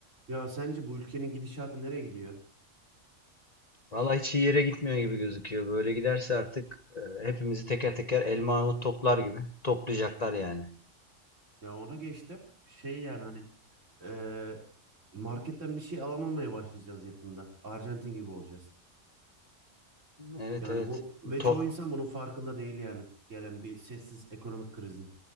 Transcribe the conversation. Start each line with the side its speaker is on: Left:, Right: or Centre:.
Right: Ya sence bu ülkenin gidişatı nereye gidiyor?
Left: Valla hiç iyi yere gitmiyor gibi gözüküyor. Böyle giderse artık e, hepimizi teker teker elma armut toplar gibi toplayacaklar yani.
Right: Ya ona geçtim. Şey yani hani eee, marketten bir şey alamamaya başlayacağız yakında. Arjantin gibi olacağız.
Left: Evet
Right: Yani
Left: evet.
Right: bu ve
Left: To-
Right: çoğu insan bunun farkında değil yani. Gelen bir sessiz ekonomik krizin.